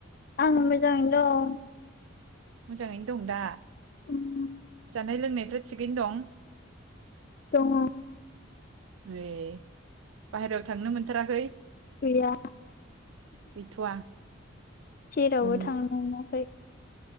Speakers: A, on the left (about 45°); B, on the right (about 80°).
A: आं मोजाङैनो दं।
B: मोजाङैनो दं दा
A: दं उम
B: जानाय लोंनायफ्रा थिगैनो दं।
A: दङ
B: ए बाहेरायाव थांनो मोनथाराखै?
A: गैया।
B: गैथ'वा
A: जेरावबो
B: उम
A: थांनांआखै।